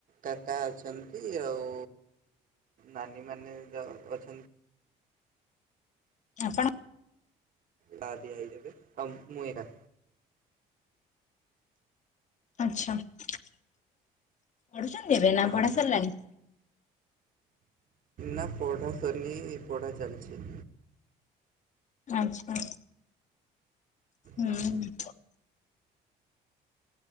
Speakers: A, on the right (about 55°); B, on the left (about 45°).
A: କାକା ଅଛନ୍ତି ଆଉ ନାନୀ ମାନେ ଅଛନ୍ତି।
B: ଆପଣ
A: ଲ ଦିଆ ହେଇଯବେ ଆଉ ମୁ ଏକା
B: ଆଛା ପଢୁଛନ୍ତି ଏବେ ନା
A: ହଁ
B: ପଢା ସାରିଲାଣି?
A: ନା ପଢ଼ା ଶନି ପଢ଼ା ଚାଲିଛି।
B: ଆଚ୍ଛା ହୁଁ।
A: ହଁ